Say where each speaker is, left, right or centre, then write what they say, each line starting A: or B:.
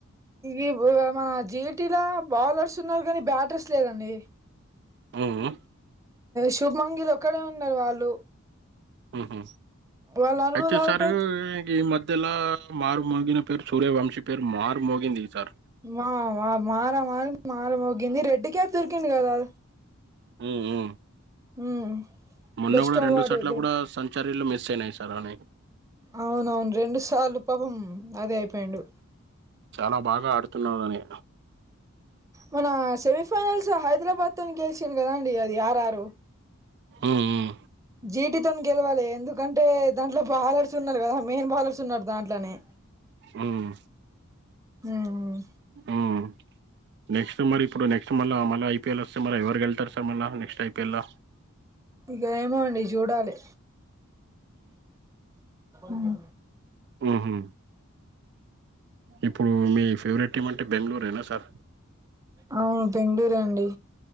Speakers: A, on the right; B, on the right.
A: ఈ మన జీటిలో బౌలర్స్ ఉన్నారు కానీ బ్యాటర్స్ లేదండి
B: ఉహూ
A: శుభమంగిల్ ఒక్కడే ఉన్నారు వాళ్ళు
B: ఉహూ హెచ్
A: వాళ్ళు నలుగురు
B: ఎస్
A: అవుట్
B: ఆర్ అయితే సారు ఈ మ ఇలా మారు మోగిన పేరు సూర్యవంశీ పేరు మారుమోగింది ఈ సారీ
A: మా మా మార మ మారమోగింది రెడ్ క్యాప్ దొరికింది కదా
B: ఉహూ
A: ఉమ్
B: మొన్న
A: బెస్ట్
B: కూడా
A: అవార్డు
B: రెండు సాట్ల
A: ఇది
B: కూడా సరిళ్లు మిస్ అయినాయి సార్ అని
A: అవునవును రెండు సార్లు పాపం అదే అయిపోయిండు
B: చాలా బాగా ఆడుతున్నాడని
A: మన సెమీఫైనల్స్ హైదరాబాద్ తో గెలిచింది కదాండి అది ఆర్ ఆర్
B: ఉమ్
A: జీటితోని గెలవాలి ఎందుకంటే దాంట్లో బాలర్స్ ఉన్నారు కదా మెయిన్ బాల చూస్తున్నాడు దాంట్లోనే
B: ఉమ్
A: ఉమ్
B: ఉమ్. నెక్స్ట్ మరి ఇప్పుడు నెక్స్ట్ మళ్ళ మళ్ళీ ఐపీఎల్ వస్తే మరి ఎవరు వెళ్తారు, సార్ మళ్ళ నెక్స్ట్ ఐపీఎల్
A: ఇగ ఏమో అండి చూడాలి ఉమ్
B: ఉహూ ఇప్పుడు మీ ఫేవరెట్ టీమ్ అంటే బెంగళూరేనా సార్
A: అవును బెంగళూరే అండి